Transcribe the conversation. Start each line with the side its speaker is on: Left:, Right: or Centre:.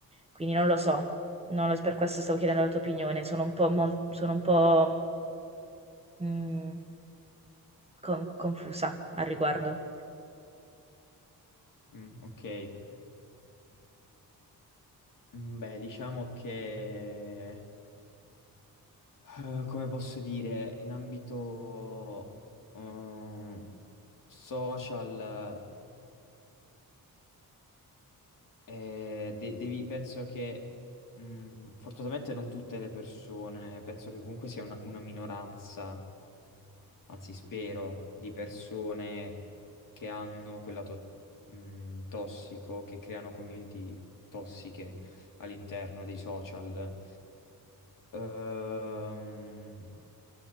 Right: Quindi non lo so, non lo- per questo stavo chiedendo la tua opinione, sono un po', mol- sono un po', mm, con- confusa al riguardo.
Left: Mm, ok. Eh, mm, beh, diciamo che... Eh, Come posso dire, in ambito eh, social, eh, de- devi- penso che mh, fortunatamente non tutte le persone, penso che comunque sia una, una minoranza, anzi spero, di persone che hanno quella to- mh, tossico, che creano community tossiche all'interno dei social. Ehm,